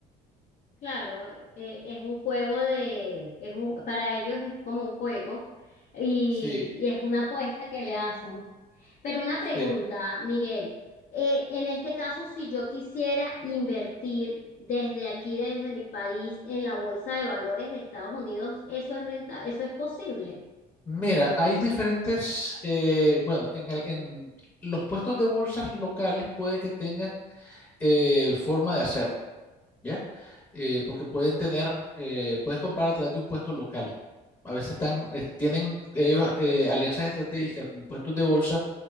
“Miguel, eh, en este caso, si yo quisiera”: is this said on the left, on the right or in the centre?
Left